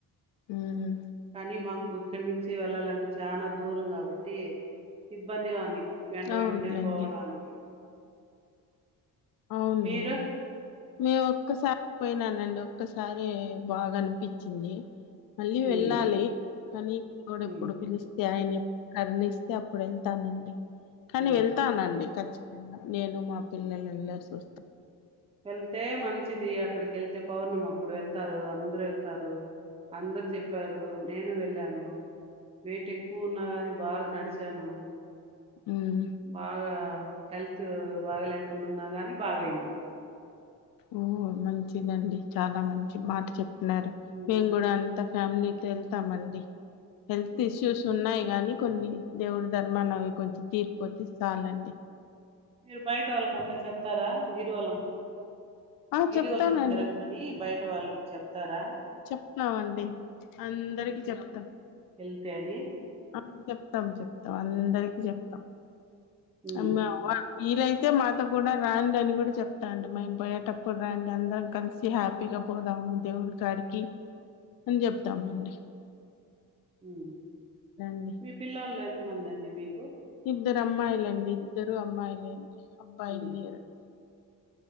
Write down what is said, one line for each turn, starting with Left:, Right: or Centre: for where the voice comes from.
Left: ఉమ్
Right: కానీ మాకు ఇక్కడి నుంచి వెళ్ళాలంటే చానా దూరం కాబట్టి ఇబ్బందిగా ఉంది. వెంట
Left: అవునులేండి
Right: వెంటనే పోవడానికి.
Left: అవునండి
Right: మీరు
Left: మేము ఒక్కసారి పోయినానండి. ఒక్కసారి బాగా అనిపిచింది. మళ్ళీ వెళ్ళాలి.
Right: ఉమ్
Left: కానీ ఎపుడ్ ఎప్పుడు
Right: ఉమ్
Left: పిలిస్తే ఆయనేప్ కరూణిస్తే అప్పుడు ఏళ్తానండి. కానీ
Right: ఉమ్
Left: వెళ్తానండి ఖచ్చి నేను మా పిల్లలేల్లో వాస్త
Right: ఏళ్తే మంచిది అక్కడికి ఏళ్ తే పౌర్ణం అప్పుడు వెళ్తారు. అం <unintelligible> వెల్త్ తారు అందరు చెప్పారు. నేను వెళ్ళాను వేయిట్ ఎక్కువ ఉన్నా కాని బాగా నడిచాను.
Left: మ్మ్
Right: బాగా హెల్త్ బాగా లేకుండా ఉన్నా గాని బాగయింది.
Left: ఓ మంచిదండి చాలా మంచి మాట చెప్ నారు
Right: ఉమ్
Left: మేము గూడా అంత ఫ్యామిలీతో వెళ్తామండి. హెల్త్ ఇష్యూస్ ఉన్నాయి. గానీ కొన్ని దేవుడు ధర్మాన్ని అవి కొంచెం తీరిపోతే సల్ అండి.
Right: మీరు బయట వాళ్ళకంతా చెప్తారా. గీరువలాం
Left: ఆ
Right: గిరివాళ్ళు
Left: చెప్తానండి
Right: తిరగమని బయట వాళ్ళకు చెప్తారా.
Left: చెప్న్నావండి అందరికి చెప్తాం.
Right: ళ్తే అని
Left: ఆ చెప్తాం చెప్తాం అందరికి
Right: ఆ,
Left: చెప్
Right: ఉమ్
Left: అమ్మోవ <unintelligible> వీలైతే మాతో కూడా రాండి అని కూడా చెప్తా అండి. మేము పోయేటప్పుడు రాండి. అందరం కలిసి హ్యాపీగా పోదాము దేవుడి కాాడికి అని చెప్తామండి.
Right: ఉహ్
Left: అండి
Right: మీ పిల్లోలు ఎంత మంది అండి. మీక్
Left: ఇద్దరు అమ్మాయిలండి. ఇద్దరు అమ్మాయిలేండి అబ్బాయిలు
Right: ఉమ్
Left: లేరండి.